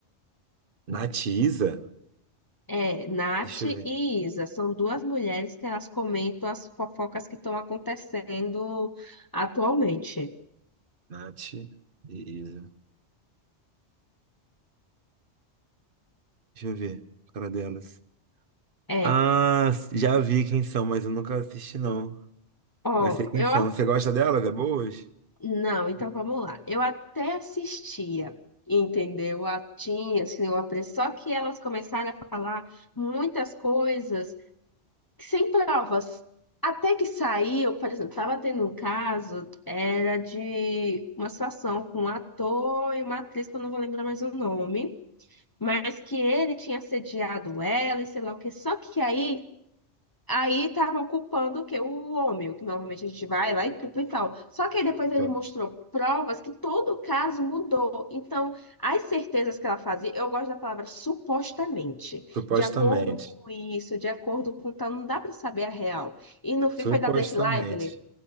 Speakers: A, on the right (about 50°); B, on the left (about 20°).
A: Nath e Isa?
B: É, Nath
A: Deixa
B: e
A: eu ver.
B: Isa são duas mulheres que elas comentam as fofocas que estão acontecendo atualmente.
A: Nath e Isa. Deixa eu ver. Cara delas.
B: É,
A: Ah, já vi quem são, mas eu nunca assisti, não.
B: ó,
A: Mas sei quem
B: eu.
A: são.
B: a-
A: Você gosta delas? É boas?
B: Não, então vamos lá. Eu até assistia, entendeu? A, tinha, assim, eu pre- só que elas começaram a falar muitas coisas que- sem provas. Até que saiu, por exemplo, estava tendo um caso, era de uma situação com um ator e uma atriz, que eu não vou lembrar mais o nome. mas que ele tinha assediado ela e sei lá o que. Só que aí, aí estavam culpando o quê? O homem, o que normalmente a gente vai lá e culpa e tal. Só que aí depois ele
A: Então,
B: mostrou provas que todo o caso mudou. Então, as certezas que ela fazia, eu gosto da palavra supostamente,
A: Supostamente.
B: de acordo com isso, de acordo com tal, não dá pra saber a real. E no fim
A: Supostamente.
B: foi da Black Lively.